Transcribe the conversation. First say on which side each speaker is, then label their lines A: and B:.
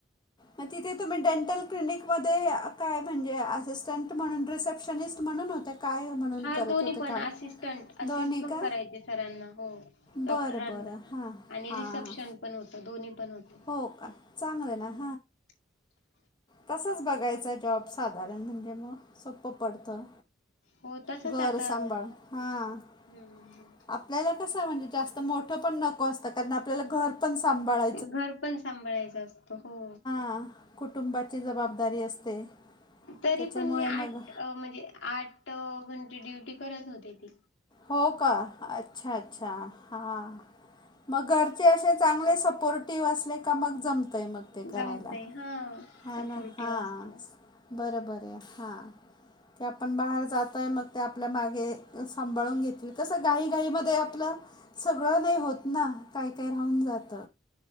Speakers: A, on the left; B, on the left.
A: मग तिथे तुम्ही डेंटल क्लिनिकमध्ये काय म्हणजे असिस्टंट म्हणून रिसेप्शनिस्ट म्हणून होते, काय म्हणून
B: हा
A: करत
B: दोन्ही
A: होते
B: पण
A: काम?
B: असिस्टंट असिस्ट
A: दोन्ही
B: पण
A: का
B: करायचे सरांना, हो डॉक्टरांना
A: बरं बरं हां
B: आणि
A: हां
B: रिसेप्शन पण होत दोन्ही पण होते.
A: हो का चांगलं आहे ना.
B: हम् <unintelligible>
A: तसच बघायचा जॉब साधारण म्हणजे मग सोपं पडतं.
B: हो तसच
A: घर
B: आता
A: सांभाळ हा, आप
B: हम्म
A: आपल्याला कस म्हणजे जास्त मोठं पण नको असतं, कारण आपल्याला घर पण सांभाळा
B: घर पण सांभाळायचं असतो. हो
A: हा, कुटुंबाची जबाबदारी असते.
B: तरी
A: त्याच्यामुळे
B: पण मी आठ
A: मग
B: म्हणजे आठ घंटे ड्युटी करत होते की,
A: हो का, अच्छा अच्छा हा! मग घरचे असे चांगले सपोर्टिव असले का, मग जमतंय मग. ते
B: जमतय
A: करायला,
B: हा
A: ह
B: सपोर्टिव्ह
A: ना हा.
B: असल्यावर
A: बरं बर हा, ते आपण बाहेर जातोय मग ते आपल्या मागे सांभाळून घेतील, कसं घाई घाईमध्ये आपलं सगळं नाही होत ना, काय काय राहून जात.